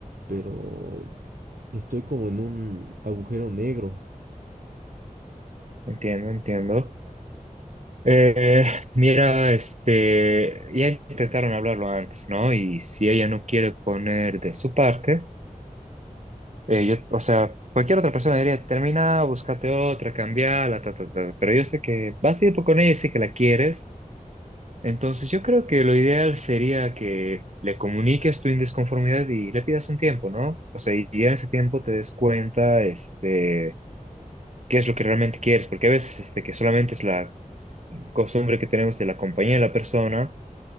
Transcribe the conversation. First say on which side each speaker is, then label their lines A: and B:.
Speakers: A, on the right; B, on the right.
A: pero Estoy como en un agujero negro.
B: Entiendo, entiendo. Eh, mira, este, ya intentaron hablarlo antes, ¿no? Y si ella no quiere poner de su parte, eh, yo, o sea, cualquier otra persona diría, termina, búscate otra, cambiala, ta, ta, ta. Pero yo sé que vas a ir con ella y sé que la quieres. Entonces, yo creo que lo ideal sería que le comuniques tu indisconformidad y le pidas un tiempo, ¿no? O sea, y ya en ese tiempo te des cuenta, este, qué es lo que realmente quieres, porque a veces, este, que solamente es la costumbre que tenemos de la compañía de la persona